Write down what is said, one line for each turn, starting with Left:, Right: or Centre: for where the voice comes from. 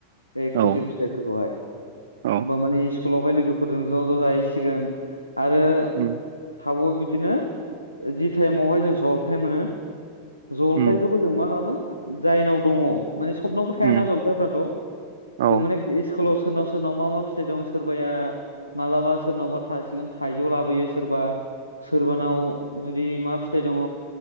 Left: बे
Right: औ
Left: खिजुर फिथाइफोरखौहाय
Right: औ
Left: ओमबा माने स्कुलावहाय लोगोफोरजों ज ज जाहैसिगोन आरो
Right: उम
Left: थाबावो बिदिनो जि टाइमावहाय जों जलफाय मोनो जलफायखौ
Right: उम
Left: जों मा खालामो जायनाव दङ माने सबनावबो थायाना
Right: उम
Left: जलफायफ्राथ
Right: औ
Left: जों माने स्कुलाव सोरनाव सोरनाव मा मा फिथाइ दं सोरबाया मालाबा सोरनावबा थासिगोन थाइजौ लाबोयो सोरबा सोरबानाव जुदि मा फिथाइ दङ